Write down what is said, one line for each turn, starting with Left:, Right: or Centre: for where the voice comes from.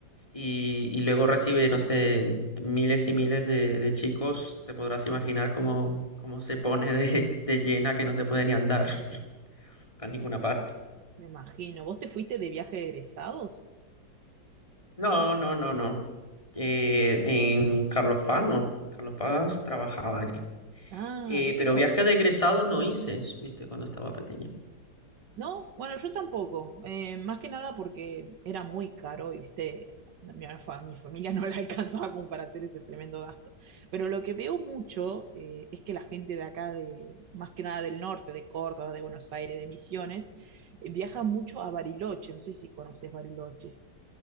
Left: y, y luego recibe, no sé, miles y miles de, de chicos, te podrás imaginar cómo, cómo se pone de, <laughs> de llena que no se puede ni andar <laughs> para ninguna parte.
Right: me imagino. ¿Vos te fuiste de viaje de egresados?
Left: No, no, no, no. Eh, en Carlos Paz, no. Carlos Paz trabajaba allí.
Right: Ah,
Left: Eh,
Right: ¿de qué,
Left: pero
Right: trabajo
Left: viaje de egresado no hice, viste, cuando estaba pequeño.
Right: No, bueno, yo tampoco. eh, más que nada porque era muy caro y, viste, mi, alfa- mi familia no la <laughs> alcanzaba como para hacer ese tremendo gasto. Pero lo que veo mucho eh, es que la gente de acá, de, más que nada del norte, de Córdoba, de Buenos Aires, de Misiones, eh, viaja mucho a Bariloche. No sé si conoces Bariloche.